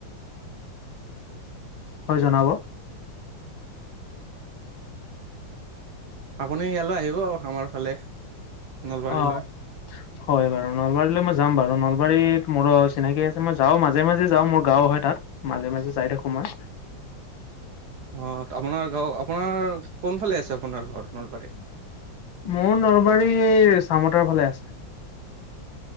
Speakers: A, on the left (about 80°); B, on the right (about 60°).
A: হয় জনাব।
B: আপুনি ইয়ালৈ আহিব আমাৰ ফালে নলবাৰীলৈ।
A: অ হয় বাৰু নলবাৰীলৈ মই যাম বাৰু নলবাৰীত মোৰো চিনাকি আছে মই যাও মাজে- মাজে যাও মোৰ গাঁও হয় তাত। মাজে- মাজে যাই থাকো মই।
B: অ' আপোনাৰ গাঁও আপোনাৰ কোনফালে আছে আপোনাৰ ঘৰ নলবাৰীত।
A: মোৰ নলবাৰীৰ চামতাৰ ফালে আছে।